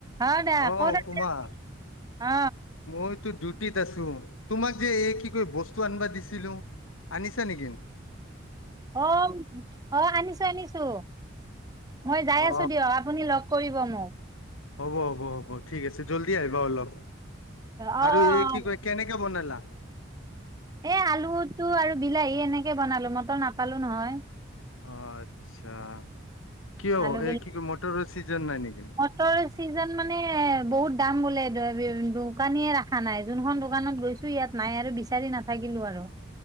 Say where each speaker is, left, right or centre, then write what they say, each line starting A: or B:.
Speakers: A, on the right; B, on the left.
A: অ দা
B: অ'
A: ক'ত
B: উপমা
A: আছে অ
B: মইতো ডিউটিত আছো, তোমাক যে এই কি কয় বস্তু আনিবা দিছিলো? আনিছা নেকি?
A: অ' অ' আনিছো আনিছো মই যাই
B: অ
A: আছো দিয়ক। আপুনি লগ কৰিব মোক।
B: হ'ব হ'ব হ'ব ঠিক আছে, জল্দি আহিবা অলপ
A: অ অ
B: আৰু
A: অ
B: এই কি কয় কেনেকে বনালা?
A: এই আলুটো আৰু বিলাহী এনেকে বনালো মটৰ নাপালো নহয়।
B: অ' আচ্ছা কিয়,
A: আলু
B: এই কি কি মটৰৰ চিজন নাই নেকি?
A: মটৰৰ চিজন মানে বহুত দাম বোলে, দোকানীয়ে ৰখা নাই যোনখন দোকানত গৈছো ইয়াত নাই আৰু বিচাৰি নাথাকিলো আৰু,